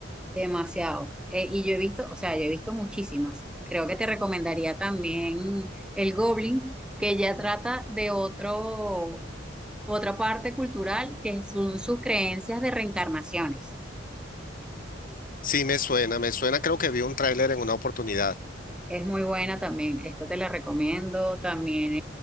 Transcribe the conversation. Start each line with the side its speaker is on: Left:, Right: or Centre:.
Centre: Demasiado. Eh, y yo he visto, o sea, yo he visto muchísimas. Creo que te recomendaría también el Goblin, que ya trata de otro, otra parte cultural, que son sus creencias de reencarnaciones.
Left: Sí, me suena, me suena, creo que vi un tráiler en una oportunidad.
Centre: Es muy buena también, esta te la recomiendo, también